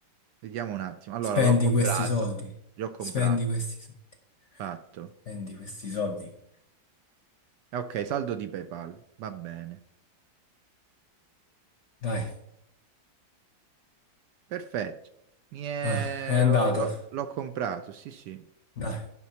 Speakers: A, on the right (about 75°); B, on the left (about 55°).
A: Vediamo un attimo. Allora,
B: Spendi
A: l'ho comprato,
B: questi soldi.
A: l'ho comprato,
B: Spendi questi soldi.
A: fatto.
B: Spendi questi soldi.
A: Eh, Ok, saldo di PayPal, va bene.
B: Dai,
A: Perfetto. Mi è-
B: Ah, è andato.
A: l'ho l'ho- l'ho comprato, sì, sì,
B: Dai,